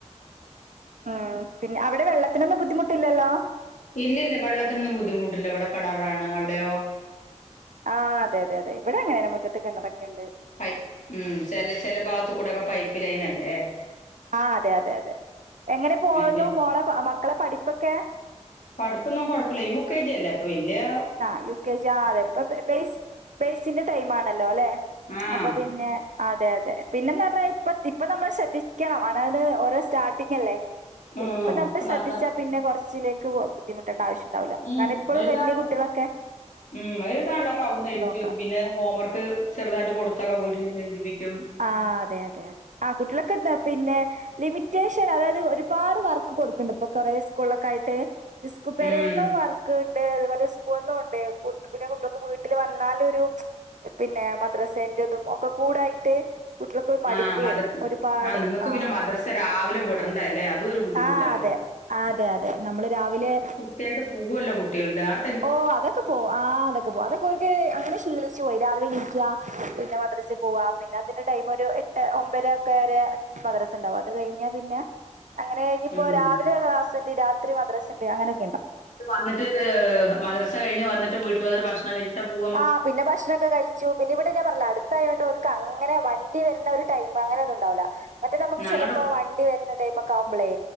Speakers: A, on the right; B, on the left.
A: ഉം പിന്നെ അവടെ വെള്ളത്തിനൊന്നും ബുദ്ധിമുട്ടില്ലലോ
B: ഇല്ലില്ല വെള്ളത്തിനൊന്നും ബുദ്ധിമുട്ടില്ല ഇവടെ കെണറാണ് അവിടെയോ
A: ആഹ് അതെ അതെ ഇവടെ അങ്ങനെന്നെ മുറ്റത്ത് കിണറൊക്ക ഇണ്ട്
B: പയ് ഉം ചെല ചെല ഭാഗത്ത് കൂടൊക പൈപ്പ് ലൈനല്ലെ
A: ആഹ് അതെ അതെ അതെ എങ്ങനെ പോവോന്നു
B: പിന്നെ
A: മോളെ മക്കളെ പഠിപ്പൊക്കെ
B: പഠിപ്പൊന്നും കൊഴപ്പല്ല യു കെ ജി അല്ലെ അപ്പൊ വല്യെ
A: ആഹ് യൂ കെ ജ്യാ ഇപ്പ പെയ്സ് ബെയ്സിന്റെ ടൈമാണല്ലൊലേ
B: ആഹ്
A: അപ്പൊ പിന്നെ അതെ അതെ പിന്നെന്നാത്രെ ഇപ്പ ഇപ്പ നമ്മള് ശ്രദ്ധിക്കണം അതായത് ഓരൊ സ്റ്റാർട്ടിങ്ങല്ലെ
B: ഉം
A: ഇപ്പം നമ്മള്
B: അപ്പൊ
A: ശ്രദ്ധിച്ചാ
B: നല്ല
A: പിന്നെ കൊറ്ച്ചിലേക്ക് പൊ ബുദ്ധിമുട്ടണ്ട ആവശ്യണ്ടാവില്ല
B: ഉം
A: കാര്ണം ഇപ്പളും
B: എഴുതാ
A: വല്യ കുട്ട ളൊക്കെ
B: ഉം എഴ്താള്ളൊക്ക അവിട്ന്നെഴ്തി
A: മക്കളാ
B: വരും പിന്നെ ഹോം വർക്ക് ചെറ്തായിട്ട് കൊടുത്തൊക്ക വീട്ടിലിര്ന്ന് എഴ്തിപ്പിക്കും
A: ആഹ് അതെ അതെ അതെ ആഹ് കുട്ടീളൊക്ക നേ പിന്നെ ലിമിറ്റേഷൻ അതായത് ഒരുപാട് വർക്ക് കൊടുക്ക്ൺണ്ട് ഇപ്പൊ കൊറേ സ്കൂളിലൊക്കായിട്ട് സ്കു പെരേന്നും
B: ഉം
A: വർക്ക്ണ്ട് അതുപോലെ സ്കൂൾന്നൂണ്ട് പിന്ന കുട്ടീൾ വീട്ടില് വന്നാലൊരു പിന്നെ മദ്രസേന്റതും ഒക്ക കൂടായ്ട്ട് കുട്ടീൾക്കൊരു മടിപ്പ്
B: ആഹ് മദർ
A: വരും ഒരുപാട്
B: നിങ്ങൾക്ക്
A: ആഹ്
B: പിന്നെ മദ്രസ രാവിലെ വിടണ്ടേ അല്ലേ അതും ഒരു ബുദ്ധിമുട്ടല്ലേ
A: ആഹ് അതെ അതെ അതെ നമ്മള് രാവിലെ
B: ക്രിത്യായിട്ട് പോവ്വൊല്ലൊ കുട്ടീള് ടാർ
A: ഓഹ് അതൊക്ക പോ ആഹ് അതൊക്ക പോവും അതൊക്കോർക്ക് അങ്ങനെ ശീലിച്ചു പോയി രാവിലെ എണീക്ക പിന്നെ മദ്രസി പോവാ പിന്നെ അതിന്റെ ടൈമൊരു എട്ട് ഒമ്പെര ഒക്കെ വരെ മദ്റസ ഇണ്ടാവും അത് കഴിഞ്ഞ് പിന്നെ അങ്ങനെ ഇഞിപ്പൊ
B: ഉം
A: രാവിലെ ക്ലാസ് ഇണ്ട് രാത്രി മദ്രസണ്ട് അങ്ങനെക്കെ ഇണ്ടൊ
B: വിന്നിട്ട് മദറസ കഴിഞ്ഞ് വന്നിട്ട് വീട്ടിൽ വന്നിട്ട് ഭകഷ് ണം കഴ്ച്ട്ട പൂവ
A: ആഹ് പിന്നെ ഭഷ്ണൊക്കെ കഴിച്ചു പിന്നെ ഇവടെ ഞാൻ പറഞ്ഞിലെ അടുത്തായോണ്ട് ഓർക്ക് അങ്ങനെ വണ്ടി വര്ണ ഒരു ടൈമ് അങ്ങനൊന്നുണ്ടാവില്ല മറ്റത് ഞമ്മക്ക്
B: ഞങ്ങടെ
A: ചെലപ്പൊ വണ്ടി വര്ണ ടൈമൊക്കാവുമ്പളെ